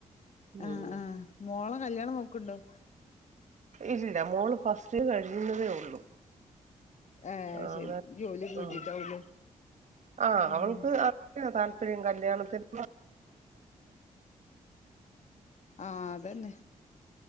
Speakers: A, on the right; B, on the left.
A: ഉം.
B: ആ ആ മോളെ കല്യാണം നോക്ക് ണ്ടോ?
A: ഇല്ല മോള് ഫസ്റ്റ് ഇയർ കഴിയുന്നതേ ഉള്ളു.
B: ഏഹ് അത്
A: ആ,
B: ശരി ജോലിയൊക്കെ
A: ഉം,
B: കിട്ടീട്ടാവൂലേ
A: ആ,
B: ഉം
A: അവൾക്ക്, അതിനാ, താല്പ ഇത്രയും, കല്യാണത്തി <inaudible>
B: ആഹ്, അതന്നെ,